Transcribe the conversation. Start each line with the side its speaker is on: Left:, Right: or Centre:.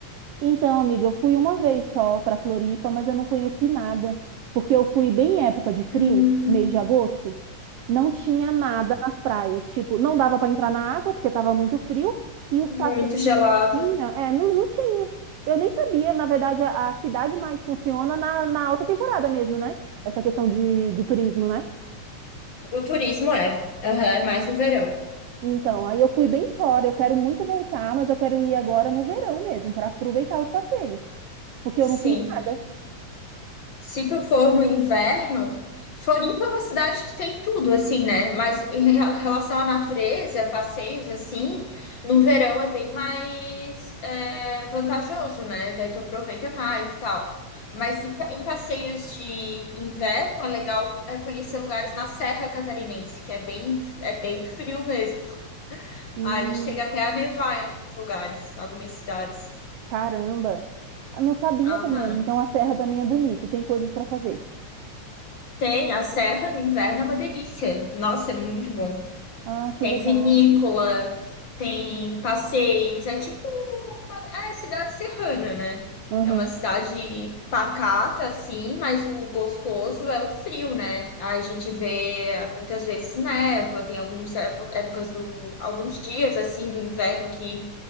Right: Então, amiga, eu fui uma vez só para Floripa, mas eu não conheci nada, porque eu fui bem em época de frio,
Left: Hum,
Right: mês de agosto, não tinha nada nas praias, tipo, não dava para entrar na água porque estava muito frio e os
Left: muito
Right: passeios
Left: gelado.
Right: que tinha, é, não, não tinha. Eu nem sabia, na verdade, a, a cidade mais funciona na, na alta temporada mesmo, né? Essa questão de, do turismo, né?
Left: Do turismo, é. Aham, é mais no verão.
Right: Então, aí eu fui bem fora. Eu quero muito voltar, mas eu quero ir agora no verão mesmo, para aproveitar os passeios, porque
Left: Sim.
Right: eu não fiz nada.
Left: Se tu for no inverno, Floripa é uma cidade que tem tudo, assim, né? Mas em re- relação à natureza, passeios, assim, no verão é bem mais é, vantajoso, né? Daí tu aproveita mais e tal. Mas em, pa- em passeios de inverno, é legal é, conhecer lugares na Serra Catarinense, que é bem, é bem frio mesmo.
Right: Hum.
Left: Aí chega até a nevar em alguns lugares, algumas cidades.
Right: Caramba! Ah, Não sabia
Left: Aham.
Right: também. Então a serra também é bonito, tem coisas para fazer.
Left: Tem, a serra no inverno é uma delícia. Nossa, é muito bom.
Right: Ah, que
Left: Tem
Right: legal.
Left: vinícola, tem passeios, é tipo uma, é cidade serrana, né?
Right: Aham,
Left: É uma cidade pacata, assim, mas o gostoso é o frio, né? A gente vê muitas vezes neva, tem algumas épo- épocas do, alguns dias, assim, do inverno que